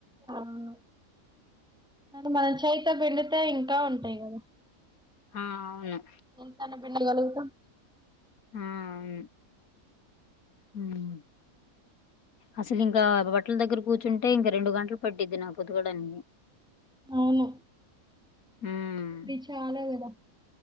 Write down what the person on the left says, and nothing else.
ఆ అవును
హుమ్ ఉమ్ అసలు ఇంకా బట్టల దగ్గర కూర్చుంటే ఇంకా రెండు గంటలు పడ్డిద్ది నాకు ఉతకడానికి
హ